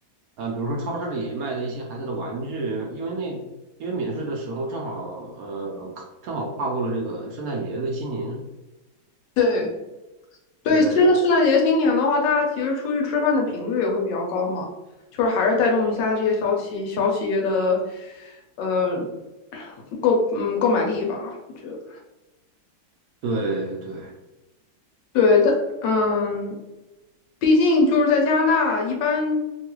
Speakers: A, on the right; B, on the left.
A: 呃，比如说超市里卖的一些孩子的玩具，因为那因为免税的时候正好呃正好跨过了这个圣诞节的新年，
B: 对。对，
A: 对
B: 其实圣诞节新年的话，大家其实出去吃饭的频率也会比较高嘛，就是还是带动一下这些小企小企业的，呃，购嗯购买力吧。我觉得。
A: 对对
B: 对，但嗯，毕竟就是在加拿大，一般